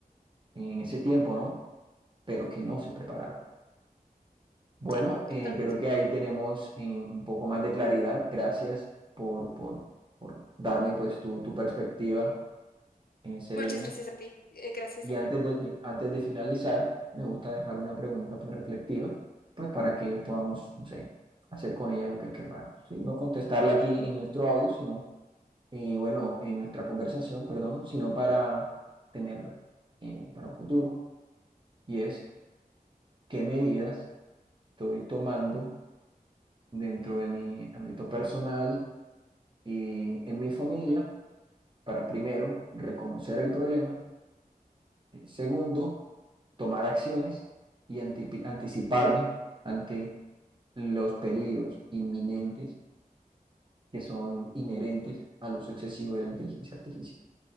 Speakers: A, on the right (about 30°); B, on the left (about 80°).
A: en ese tiempo, ¿no? Pero que no se prepararon. Bueno,
B: Sí,
A: eh,
B: totalmente.
A: creo que ahí tenemos eh, un poco más de claridad. Gracias por, por, por darme pues tu, tu perspectiva en Selenium.
B: Muchas gracias a ti. Eh, Gracias,
A: Y
B: André.
A: antes de, fi- antes de finalizar, me gusta dejar una pregunta pues, reflexiva, pues para que podamos, no sé, hacer con ella lo que querramos, ¿sí? No contestarla aquí en nuestro audio, sino, eh, bueno, en nuestra conversación, perdón, sino para tenerla eh, para un futuro. Y es, ¿qué medidas estoy tomando dentro de mi ámbito personal y en mi familia para primero reconocer el problema? eh, Segundo, tomar acciones y antipi- anticiparme ante los peligros inminentes que son inherentes al uso excesivo de la inteligencia artificial.